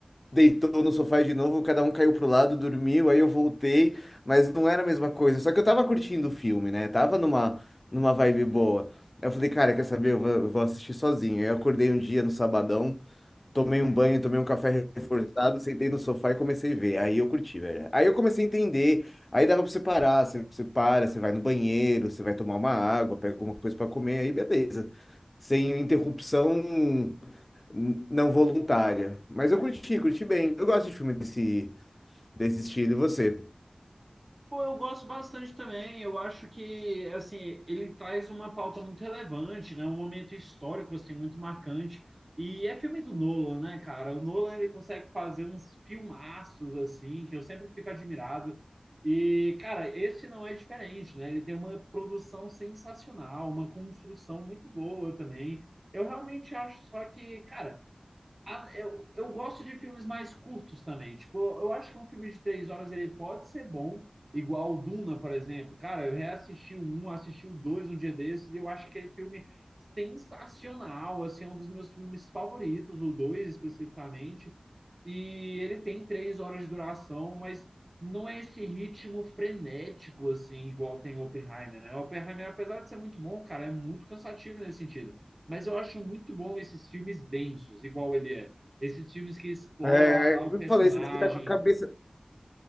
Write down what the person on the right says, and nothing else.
Pô, eu gosto bastante também. Eu acho que, assim, ele traz uma pauta muito relevante, né? Um momento histórico, assim, muito marcante. E é filme do Nolan, né, cara? O Nolan, ele consegue fazer uns filmaços, assim, que eu sempre fico admirado. E, cara, esse não é diferente, né? Ele tem uma produção sensacional, uma construção muito boa também. Eu realmente acho só que, cara a- eu, eu gosto de filmes mais curtos também. Tipo, eu acho que um filme de três horas ele pode ser bom, igual o Duna, por exemplo. Cara, eu reassisti o um, assisti o dois um dia desses e eu acho aquele filme sensacional. Assim, é um dos meus filmes favoritos, o dois especificamente. E ele tem três horas de duração, mas não é esse ritmo frenético, assim, igual tem o Oppenheimer, né? O Oppenheimer, apesar de ser muito bom, cara, é muito cansativo nesse sentido. Mas eu acho muito bom esses filmes densos, igual ele é. Esses filmes que explora
a- o
personagem.